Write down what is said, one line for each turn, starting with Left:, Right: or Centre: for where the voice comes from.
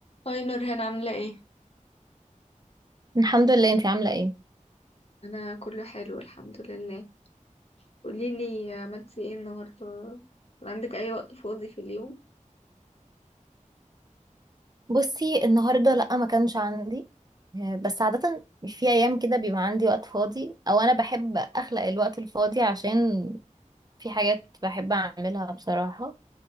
Left: هاي نورهان عاملة ايه؟
Right: الحمد لله انتي عاملة ايه
Left: أنا كله حلو الحمد لله قوليلي عملتي ايه النهاردة؟ عندك أي وقت فاضي في اليوم؟
Right: بصي النهاردة لأ ما كانش عندي آه، بس عادة في أيام كده بيبقى عندي وقت فاضي أو أنا بحب أخلق الوقت الفاضي عشان في حاجات بحب أعملها بصراحة